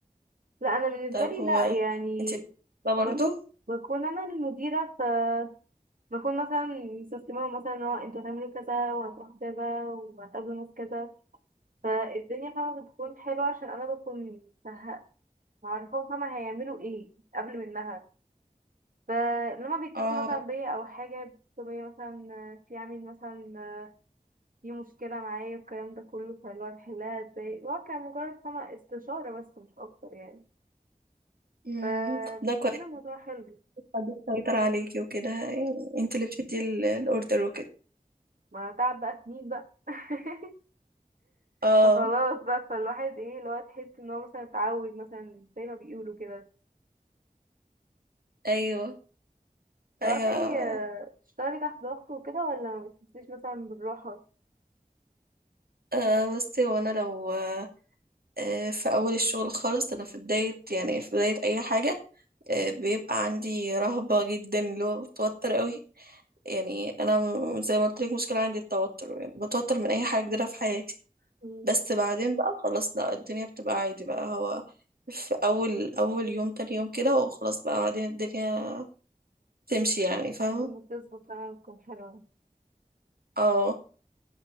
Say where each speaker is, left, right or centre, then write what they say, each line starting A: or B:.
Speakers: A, on the right; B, on the right.
A: لا أنا بالنسبة
B: طب
A: لي
B: هو
A: لا يعني
B: انت ده برضو
A: بك... بكون أنا المديرة ف بكون مثلا مسستمة مثلا إن هو أنتوا هتعملوا كذا وهتروحوا كذا وهتقابلوا ناس كذا فالدنيا فاهمة بتكون حلوة عشان أنا بكون مه- معرفاهم فاهمة هيعملوا ايه قبل منها ف- لما بيتصلوا
B: اه
A: مثلا بيا او حاجه بيتصلوا بيا مثلا في عميل مثلا في مشكله معايا الكلام ده كله فاللي هو نحلها ازاي اللي هو كان مجرد فما استشاره بس مش اكتر يعني
B: أمم،
A: فبيكون
B: طب ده كويس
A: الموضوع حلو
B: حد يسيطر عليكي وكده يعني انت اللي بتدي ال- الاوردر وكده
A: ما تعب بقى سنين بقى <laughs>
B: اه
A: فخلاص بقى فالواحد ايه اللي هو تحس ان هو مثلا اتعود مثلا زي ما بيقولوا كده
B: ايوه
A: تعرفي
B: ايوه
A: آه، تشتغلي تحت ضغط وكده ولا ما بتحسيش مثلا بالراحة؟
B: آه بصي هو انا لو آه آه، في اول الشغل خالص انا في بدايه يعني في بدايه اي حاجه آه بيبقى عندي رهبه جدا اللي هو بتوتر قوي يعني انا م- زي ما قلت لك مشكله عندي التوتر يعني بتوتر من اي حاجه جديده في حياتي
A: مم.
B: بس بعدين بقى خلاص لا الدنيا بتبقى عادي بقى هو في اول اول يوم تاني يوم كده وخلاص بقى بعدين الدنيا تمشي يعني فاهمه
A: بتظبط فعلا بتكون حلوة
B: اه